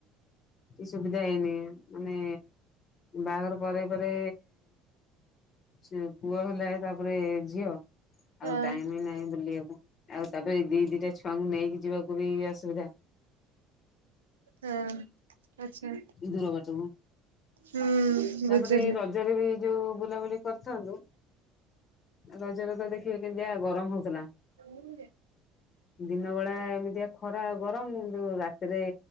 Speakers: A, on the left; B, on the right.
A: କି ସୁବିଧା ହେଇନି ମାନେ ବାହାଘର ପରେ ପରେ ସେ ପୁଅ ହେଲା ତାପରେ ଝିଅ।
B: ହଁ।
A: ଆଉ ଟାଇମ ନାହିଁ ବୁଲିବାକୁ ଆଉ ତାପରେ ଦି ଦିଟା ଛୁଆଙ୍କୁ ନେଇକି ଯିବାକୁ ବି ଅସୁବିଧା।
B: ହଁ ଆଚ୍ଛା।
A: ଦୂର ବାଟକୁ
B: ହୁଁ ବୁଝିଲି।
A: ତାପରେ ଏଇ ରଜରେ ବି ଯୋଉ ବୁଲାବୁଲି କରିଥାନ୍ତୁ ରଜରେ ତ ଦେଖିବେ କେମିତିଆ ଗରମ ହଉଥିଲା।
B: ନିମେ
A: ଦିନବେଳା ଏମିତିଆ ଖରା ଗରମ କିନ୍ତୁ ରାତିରେ